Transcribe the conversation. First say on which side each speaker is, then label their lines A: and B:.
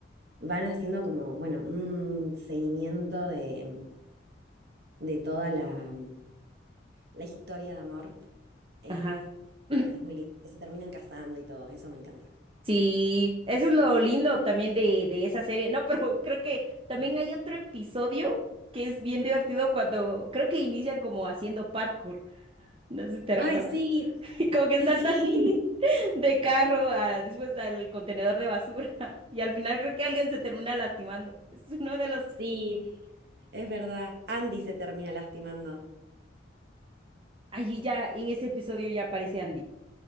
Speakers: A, on the right; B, on the right.
A: van haciendo como, bueno, un seguimiento de, de toda la, la historia de amor. Eh,
B: Ajá. <clears throat>
A: es muy lindo, que se terminan casando y todo, eso me encanta.
B: Sí, eso es lo lindo también de, de esa serie. No, pero <laughs> creo que también hay otro episodio que es bien divertido cuando creo que inician como haciendo parkour. No sé si te recuerdas.
A: Ay, sí,
B: <laughs> Como que
A: sí,
B: saltan
A: sí,
B: <laughs> de carro a, después al contenedor de basura. <laughs> Y al final creo que alguien se termina lastimando. Es uno de los.
A: Sí, es verdad. Andy se termina lastimando.
B: Allí ya, en ese episodio ya aparece Andy.